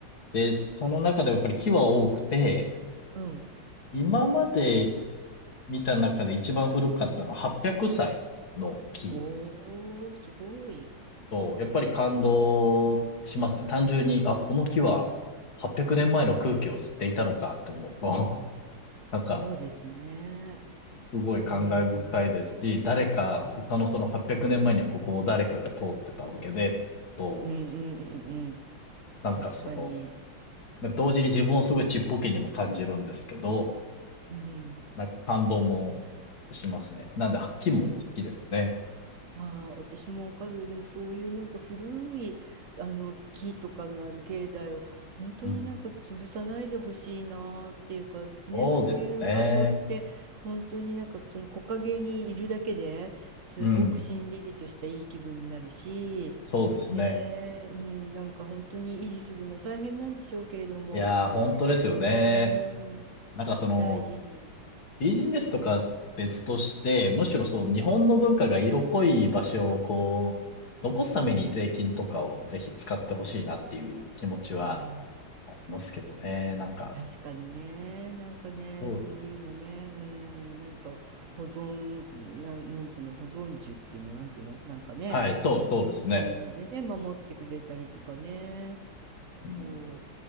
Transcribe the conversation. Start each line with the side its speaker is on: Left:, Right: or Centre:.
Left: り。で、その中でもやっぱり木は多くて、
Right: うん。
Left: 今まで見た中で一番古かったのは800歳の木
Right: おー、すごい。
Left: と、やっぱり感動しますね。単純に、あ、この木は800年前の空気を吸っていたのかって思うと、
Right: うん、
Left: <laughs> なんか、
Right: そうですね。
Left: すごい感慨深いですし、
Right: うん、
Left: 誰か、
Right: うん、
Left: 他のその800年前にはここを誰かが通ってたわけで、と思う
Right: うん、うん、
Left: と、
Right: うん、うん
Left: なんかその、
Right: 確かに。
Left: なんか同時に自分をすごいちっぽけにも感じるんですけど、
Right: うん、
Left: なんか感動もしますね。なんで、木も好きですね。
Right: あります。ああ、私もわかる。でもそういうなんか古いあの木とかのある境内を本当になんか潰さないでほしいなーっていうかね、
Left: うん。そうですね。
Right: そういう場所って本当になんかその木陰にいるだけですごくしんみりとしたいい気分になるし、
Left: うん。そうですね。
Right: ねえ、うん、なんか本当に維持するの大変なんでしょうけれども、
Left: いや、ー本当ですよね。
Right: ねえ、うん、
Left: なんかその、
Right: 大事に。
Left: ビジネスとか別として、むしろそう、日本の文化が色濃い場所をこう、
Right: うん。
Left: 残すために税金とかをぜひ使ってほしいなっていう気持ちは
Right: ああ。
Left: ありますけどね。なんか、
Right: 確かにね、なんかね、
Left: そうです。
Right: そういうのね、うん、なんか保存、なん、なんていうの、保存樹っていうの、なんていうの、なんかね、
Left: はい、そうです、そうですね。
Right: こういうのでね、守ってくれたりとかね、そう、
Left: うん、